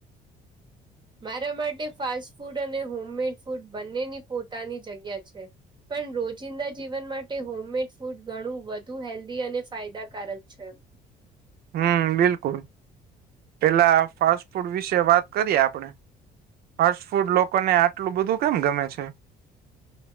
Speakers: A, on the right; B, on the right.
A: મારા માટે ફાસ્ટ ફૂડ અને હોમમેડ ફૂડ બંનેની પોતાની જગ્યા છે. પણ રોજિંદા જીવન માટે, હોમમેડ ફૂડ ઘણું વધુ હેલ્ધી અને ફાયદાકારક છે.
B: હમ્મ, બિલકુલ. પેલા ફાસ્ટ ફૂડ વિશે વાત કરીએ આપડે. ફાસ્ટ ફૂડ લોકોને આટલું બધું કેમ ગમે છે?